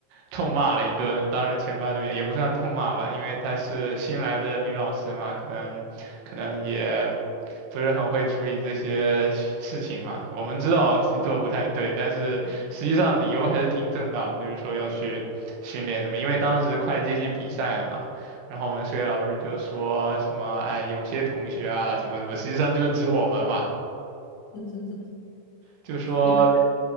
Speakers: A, on the right; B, on the left.
A: 痛骂了一顿，当着全班的面也不算痛骂吧，因为她是新来的女老师嘛，可能可能也不是很会处理这些事情嘛。我们知道自己做得不太对，但是实际上理由还是挺正当的，就是说要去训练什么，因为当时快接近比赛了嘛。然后我们数学老师就说什么，哎，有些同学啊，什么什么，实际上就指我们嘛，
B: <laughs>
A: 就说，
B: 你们，